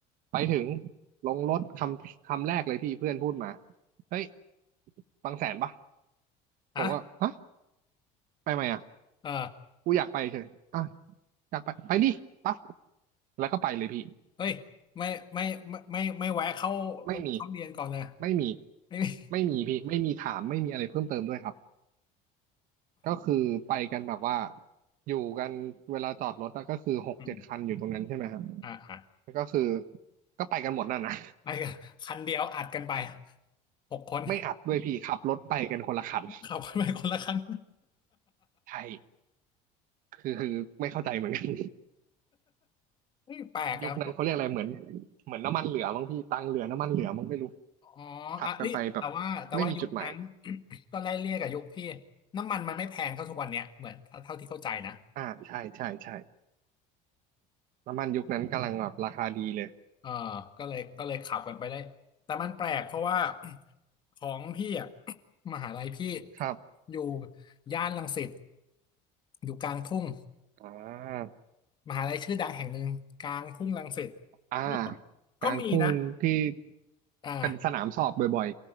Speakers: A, on the right; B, on the left.
A: ไปถึงลงรถคำคำแรกเลยที่เพื่อนพูดมาเฮ้ยบางแสนปะ
B: อ่ะ
A: ผมว่าฮะไปไหมอ่ะ
B: เออ
A: กูอยากไปเฉยอ่ะอยากไปไปดิปั๊บแล้วก็ไปเลยพี่
B: เฮ้ยไม่ไม่ไม่ไม่ไม่แวะเข้า
A: ไม่มี
B: เขาเรียนก่อนเลย
A: ไม่มี
B: ไม่มี
A: ไม่มีพี่ไม่มีถามไม่มีอะไรเพิ่มเติมด้วยครับก็คือไปกันแบบว่าอยู่กันเวลาจอดรถอะก็คือหกเจ็ดคันอยู่ตรงนั้นใช่ไหมครับ
B: อืมอ่าอ่า
A: ก็คือก็ไปกันหมดนั่นนะ
B: ไปกันคันเดียวอัดกันไปหกคน
A: <laughs> ไม่อัดด้วยพี่ขับรถไปกันคนละคัน
B: ขับกันไปคนละคัน
A: ใช่คือคือไม่เข้าใจเหมือนกัน
B: ้ <laughs> แปลกอะ
A: ยุคนั้นเขาเรียกอะไรเหมือนเหมือนน้ำมันเหลือมั้งพี่ตังค์เหลือน้ำมันเหลือมั้งไม่รู้
B: อ๋อ
A: ขับกันไปแบบ
B: อ่ะเอ้ยแต่ว่าแต่ว่ายุคนั้น
A: ไม่มีจุดหมาย
B: <coughs> ก็ไล่เลี่ยกับยุคพี่น้ำมันมันไม่แพงเท่าทุกวันเนี้ยเหมือนเท่าเท่าที่เข้าใจนะ
A: อ่าใช่ใช่ใช่น้ำมันยุคนั้นกำลังแบบราคาดีเลย
B: เออก็เลยก็เลยขับกันไปได้แต่มันแปลกเพราะว่า <coughs> <clears throat> ของพี่อ่ะ <coughs> <clears throat> มหาลัยพี่
A: ครับ
B: อยู่ย่านรังสิตอยู่กลางทุ่ง
A: อ่า
B: มหาลัยชื่อดังแห่งหนึ่งกลางทุ่งรังสิต
A: อ่า
B: ก็
A: กลางทุ่งที่
B: ก็มีนะอ่า
A: เป็นสนามสอบบ่อย